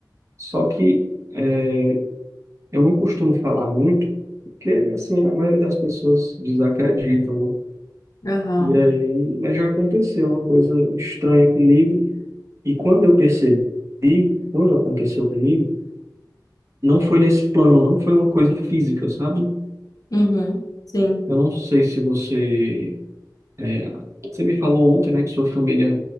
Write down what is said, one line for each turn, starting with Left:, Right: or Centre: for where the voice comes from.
Right: Só que é, eu não costumo falar muito, porque assim, a maioria das pessoas desacreditam, né?
Left: Aham.
Right: E aí, mas já aconteceu uma coisa estranha comigo. E quando eu percebi, quando aconteceu comigo, não foi nesse plano, não foi uma coisa física, sabe?
Left: Uhum. Sim.
Right: Eu não sei se você. é, você me falou ontem, né, que sua família